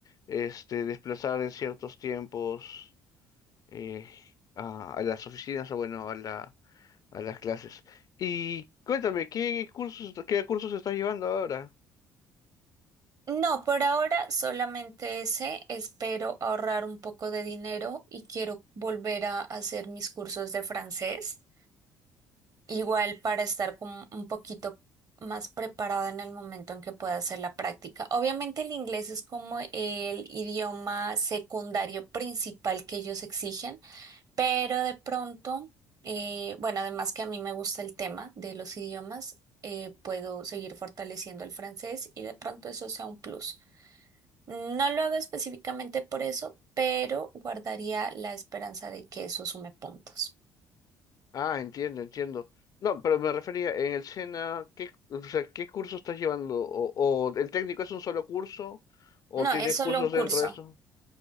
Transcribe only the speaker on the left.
este, desplazar en ciertos tiempos eh, a, a las oficinas o, bueno, a la, a las clases. Y cuéntame, ¿qué cursos, qué cursos estás llevando ahora?
Ah, entiendo, entiendo. No, pero me refería en el SENA, ¿qué, o sea, ¿qué curso estás llevando? ¿O, o el técnico es un solo curso? ¿O
tienes
cursos
dentro de eso?